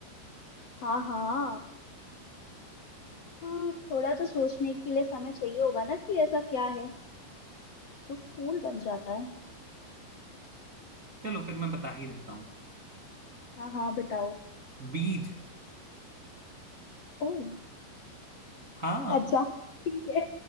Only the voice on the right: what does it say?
चलो फिर मैं बता ही देता हूँ
बीज
हाँ